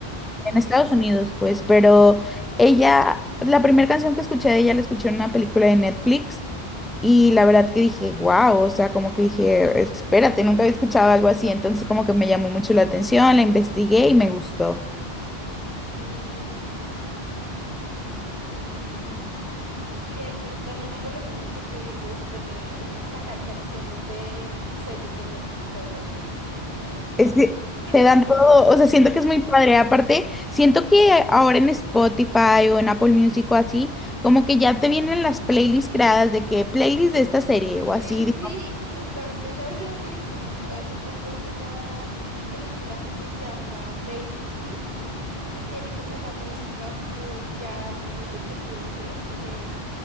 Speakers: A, on the right; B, in the centre.
A: ok,
B: En Estados
A: ok.
B: Unidos, pues, pero
A: Qué
B: ella, la primera canción que escuché de ella la escuché en una película de Netflix y la verdad que dije, wow, o sea, como que dije, espérate, nunca había escuchado algo así, entonces como que me llamó mucho la atención, la investigué y me gustó.
A: Oye, qué chévere. Sí. De- y de hecho, yo también hago lo mismo que tú dices de sacar canciones de series de Netflix o algo así. Y ahí me.
B: Es que
A: <laughs> ahí-
B: te dan todo, o sea, siento que es muy padre. Aparte, siento que ahora en Spotify o en Apple Music o así, como que ya te vienen las playlists creadas de que playlist de esta serie o
A: Sí,
B: así. digo,
A: sí, justamente yo hago lo mismo. Hace poco vi una película que se llama Baby Teeth Y tiene como una música muy jazz, muy lo que tú dices, que es